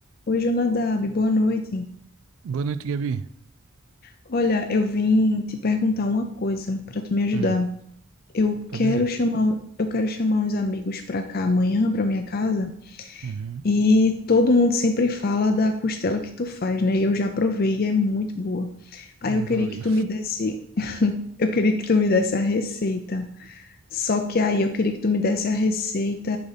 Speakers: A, on the left; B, on the right.
A: Oi, Jonadab, boa noite.
B: Boa noite, Gabi.
A: Olha, eu vim te perguntar uma coisa para tu me ajudar.
B: Hum,
A: Eu
B: Pode
A: quero
B: dizer.
A: chamar, um, eu quero chamar uns amigos para cá amanhã, para minha casa,
B: uhum,
A: e todo mundo sempre fala da costela que tu faz, né? E eu já provei e é muito boa. Aí
B: Hum,
A: eu queria
B: Valeu.
A: que tu me desse, eu queria que tu me desse a receita. Só que aí eu queria que tu me desse a receita